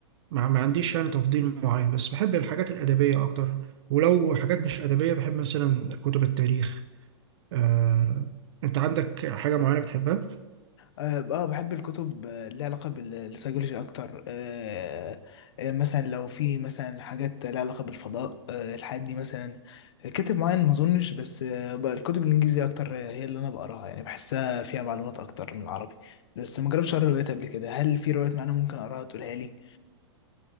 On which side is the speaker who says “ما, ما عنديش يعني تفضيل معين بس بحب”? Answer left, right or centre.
Right